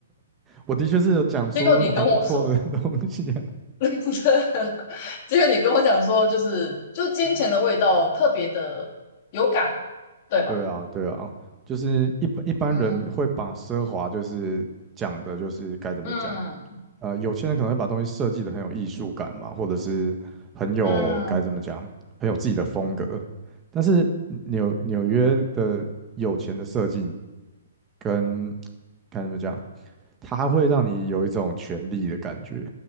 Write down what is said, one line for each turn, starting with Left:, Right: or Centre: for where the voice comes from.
Right: 我的确是有讲出还不错的
Left: 结果你跟我说。
Right: <laughs> 东西啊
Left: <laughs> 结果你跟我讲说，就是就金钱的味道特别的有感，对吧？
Right: 对啊，对啊，就是一般一般人会把奢华就是讲的就是该怎么讲，
Left: 嗯嗯
Right: 呃，有钱人可能会把东西设计的很有艺术感嘛，或者是很有该怎么讲，
Left: 嗯
Right: 很有自己的风格。但是纽纽约的有钱的设计跟该怎么讲，它会让你有一种权力的感觉，